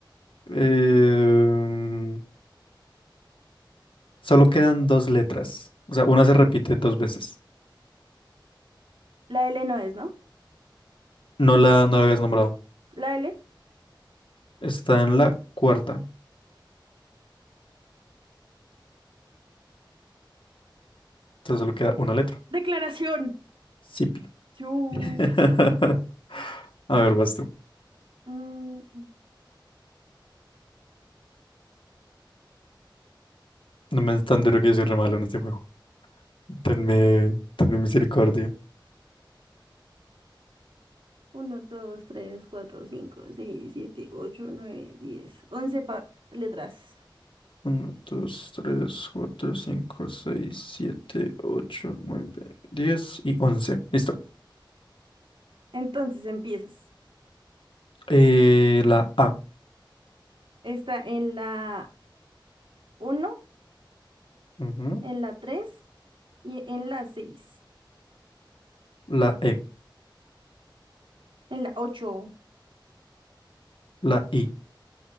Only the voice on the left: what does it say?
Eh, solo quedan dos letras. O sea, una se repite dos veces.
No la, no la habías nombrado.
Está en la cuarta. Entonces solo queda una letra.
Sipi.
<laughs> A ver, vas tú.
No me es tan duro que yo soy re malo en este juego. Tenme, tenme misericordia.
Uno, 2, 3, 4, 5, 6, 7, 8, 9, 10 y 11. Listo.
Eh, la A.
Ujú.
La E.
La I.